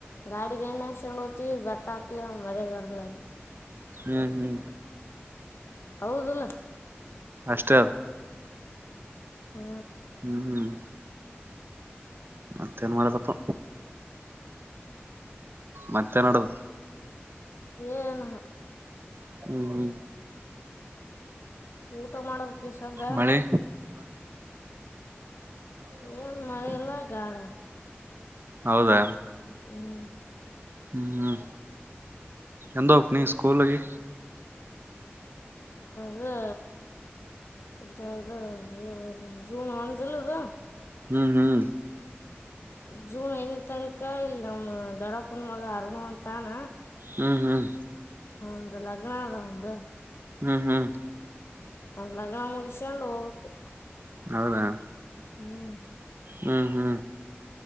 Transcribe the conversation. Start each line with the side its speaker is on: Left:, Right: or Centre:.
Left: ಗಾಡಿಗೆ ಎಣ್ಣೆ ಚಂಡ್ ಹ್ತಿವಿ ಬಟ್ಟ ಹಾಕ್ಲಿ ಮರದರ್ಲ
Right: ಹ್ಮ್ ಹ್ಮ್
Left: ಹೌದಲ್ಲ
Right: ಅಷ್ಟ
Left: ಹ್ಮ
Right: ಹ್ಮ್ ಹ್ಮ್ ಮತ್ತೇಏನ್ ಮಾಡದಪ್ಪ ಮತ್ತೆ ನಡದು
Left: ಏನು.
Right: ಹ್ಮ್ ಹ್ಮ್
Left: ಊಟ ಮಾಡಬೇಕ್ ಈ ಸದ್ದ
Right: ಮಳೆ ಹ್ಮ
Left: ಏನು ಮಳೆ ಇಲ್ಲ ಗಾಳಿ
Right: ಹೌದಾ
Left: ಹ್ಮ್.
Right: ಹ್ಮ ಹ್ಮ್ ಎಂದು ಹೋಗ್ಬೇಕು ನೀನು ಸ್ಕೂಲ್ಗೆ
Left: ಹೂ ಇದು ಜೂನ್ ಒಂದಿಲ್ಲಿದು
Right: ಹ್ಮ್ ಹ್ಮ್
Left: ಜೂನ್ ಐನೇ ತಾರೀಕ ಇಲ್ ನಮ್ಮ್ ದೊಡಪ್ಪನ ಮಗ ಅರ್ಣ ಅಂತಾನ
Right: ಹ್ಮ್ ಹ್ಮ್
Left: ಹಂದ ಲಾಗನದ ಹಂದು
Right: ಹ್ಮ್ ಹ್ಮ್
Left: ಒವ್ಲ್ಯಾಗ ಮುನಿಷ್ಕನ್ಡ್ ಹೋಗ್ಬಕೂ
Right: ಹೌದಾ
Left: ಹ್ಮ
Right: ಹ್ಮ್ ಹ್ಮ್